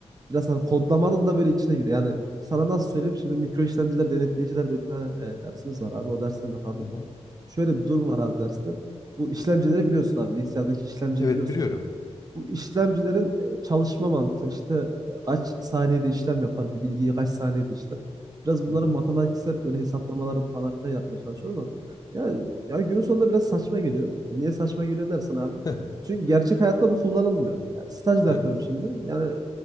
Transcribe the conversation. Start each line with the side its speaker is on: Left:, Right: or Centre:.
Right: biraz hani kodlamanın da böyle içine giriyor. Yani sana nasıl söyleyeyim? Şimdi mikro işlemciler, denetleyiciler diye bir tane e, dersimiz var abi. O dersten de kaldık.
Left: Hı hı.
Right: Şöyle bir durum var abi derste. Bu işlemcileri biliyorsun abi. Bilgisayardaki işlemciyi
Left: Evet
Right: biliyorsun
Left: biliyorum.
Right: bu işlemcilerin e, çalışma mantığı işte e, kaç saniyede işlem yapar, bir bilgiyi kaç saniyede işler. Biraz bunların
Left: Hı hı.
Right: matematiksel böyle hesaplamalarını falan filan yapmaya çalışıyoruz ama ya, ya günün sonunda biraz saçma geliyor. E, Niye saçma geliyor dersen abi?
Left: <laughs>
Right: Çünkü gerçek hayatta bu kullanılmıyor. Yani staj da
Left: Evet.
Right: yapıyorum şimdi. Yani